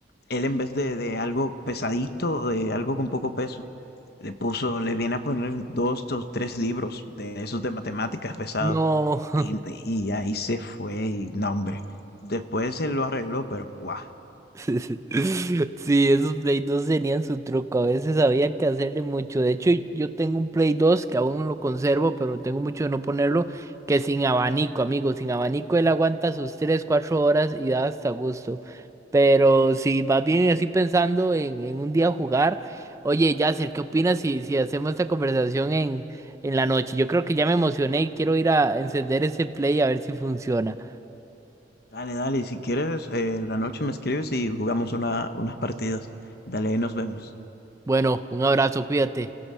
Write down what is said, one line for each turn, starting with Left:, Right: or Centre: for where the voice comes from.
Left: Él en vez de, de algo pesadito, de algo con poco peso, le puso, le viene a poner dos o tres libros de esos de matemáticas pesados.
Right: No. <laughs>
Left: Y, y ahí se fue, y no, hombre. Después se lo arregló, pero guau.
Right: <laughs> Sí, esos Play 2 tenían su truco. A veces había que hacerle mucho. De hecho, yo tengo un Play 2 que aún no lo conservo, pero tengo mucho de no ponerlo, que sin abanico, amigo. Sin abanico él aguanta sus 3, 4 horas y da hasta gusto. Pero si vas bien así pensando en, en un día jugar, oye, Yasser, ¿qué opinas si, si hacemos esta conversación en, en la noche? Yo creo que ya me emocioné y quiero ir a encender ese Play a ver si funciona.
Left: Dale, dale, y si quieres, eh, la noche me escribes y jugamos una, unas partidas. Dale, ahí nos vemos.
Right: Bueno, un abrazo, cuídate.